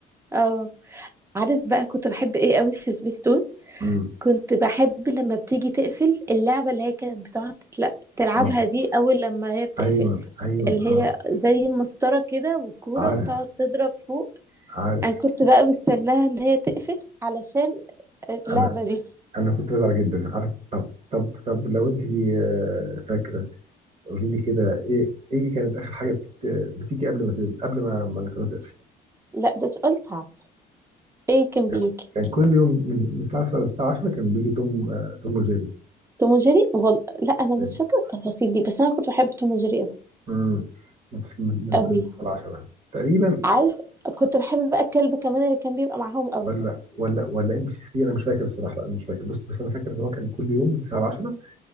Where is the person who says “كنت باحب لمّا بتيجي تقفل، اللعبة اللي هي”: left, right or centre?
Right